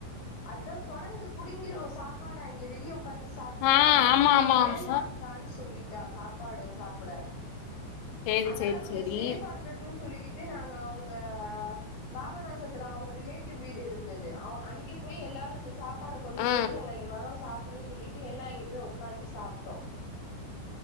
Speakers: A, on the left; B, on the left.
A: அததான் குரங்கு புடிங்கிரும் சாப்ப படாங்கி வெடியோ வந்து சாப்பிட்டான
B: ஆ
A: ஆனால
B: ஆமா
A: இங்க
B: ஆமா
A: வேண்டாம்கான்னு
B: ஆமா
A: சொல்லிட்டு நான்சாப்பு சாப்பாடு சாப்பிட
B: சேரி
A: அதனால
B: சேரி
A: கொஞ்சம்
B: சேரி
A: சேஃபா இருக்கட்டும் சொல்லிக்கிட்டு நாங்க அவங்க பாபநாசத்துல அவங்க ரிலேட்டிவ் வீடு இருந்தது அங்கே போய் எல்லாரும் அந்த சாப்பு சாப்பாட கொண்டு
B: ஆ
A: போய் நாங்க இங்க வரம் சாப்பு பிடே சொல்லிட்டு எல்லா இங்க போய் ஒக்காந்து சாப்ட்டோ